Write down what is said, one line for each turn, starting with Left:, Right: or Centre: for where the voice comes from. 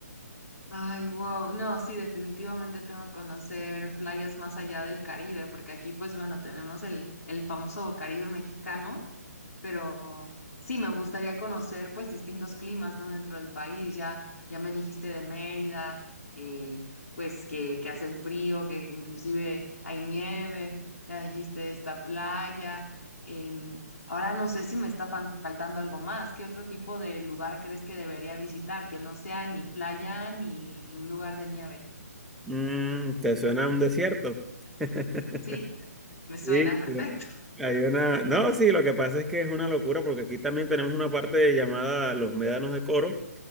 Left: Ay, wow. No, sí, definitivamente tengo que conocer playas más allá del Caribe, porque aquí, pues bueno, tenemos el, el famoso Caribe mexicano, pero sí, me gustaría conocer pues distintos climas, ¿no? Dentro del país, ya, ya me dijiste de Mérida, eh, pues que, que hace el frío, que, que inclusive hay nieve, ya dijiste de esta playa. em, ahora no sé si me está fan- faltando algo más. ¿Qué otro tipo de lugar crees que debería visitar? Que no sea ni playa ni un lugar de nieve.
Centre: Mm, ¿te suena un desierto? <laughs>
Left: Sí, me
Centre: Sí,
Left: suena <laughs> perfecto.
Centre: mira, hay una... No, sí, lo que pasa es que es una locura porque aquí también tenemos una parte llamada los médanos de Coro,